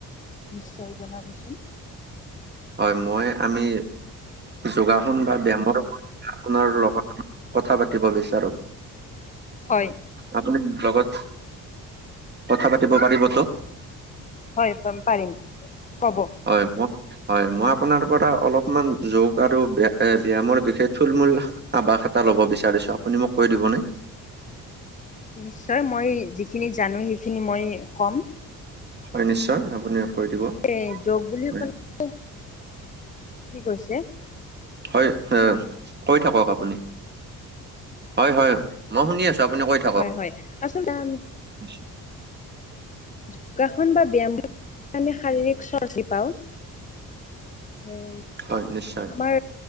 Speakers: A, on the left; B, on the right.
A: নিশ্চয় জনাবচোন।
B: হয়, মই আমি যোগাসন বা ব্যায়ামৰ ওপৰত আপোনাৰ লগত কথা পাতিব বিচাৰোঁ।
A: হয়।
B: আপুনি মোৰ লগত কথা পাতিব পাৰিবতো।
A: হয় পাম-পাৰিম, ক'ব।
B: হয়, মই হয় মই আপোনাৰ পৰা অলপমান যোগ আৰু ব্যয়ামৰ বিষয়ে থুল-মূল আৱাস এটা ল'ব বিচাৰিছোঁ। আপুনি মোক কৈ দিবনে?
A: নিশ্চয় মই যিখিনি জানোঁ, সেইখিনি মই ক'ম।
B: হয়, নিশ্চয় আপুনি কৈ দিব।
A: এ যোগ বুলি
B: হয়।
A: <unintelligible> কি কৈছে?
B: হয় কৈ থাকক আপুনি। হয়, হয়। মই শুনি আছোঁ। আপুনি কৈ থাকক।
A: হয়, হয়। আচলতে আমি
B: আচ্ছা।
A: যোগাসন বা ব্যায়ামবোৰ আমি শাৰীৰিক চৰ্চি পাওঁ। <unintelligible>
B: হয়, নিশ্চয়।
A: আমাৰ